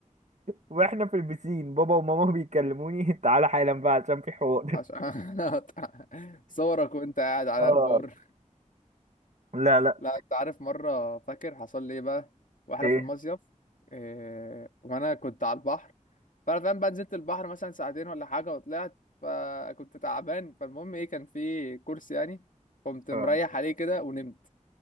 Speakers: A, on the right; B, on the left.
A: واحنا في البسين بابا وماما بيكلموني <laughs> تعالى حالا بقى عشان في حوار
B: عشان
A: <laughs>
B: <laughs> صورك وانت قاعد على
A: اه
B: البار
A: لا لا
B: لا انت عارف مرة فاكر حصل لي ايه بقى واحنا
A: ايه
B: في المصيف إيه وانا كنت على البحر فانا فاهم بقى نزلت البحر مثلا ساعتين ولا حاجة وطلعت فكنت تعبان فالمهم ايه كان في كرسي يعني قمت
A: اه
B: مريح عليه كده ونمت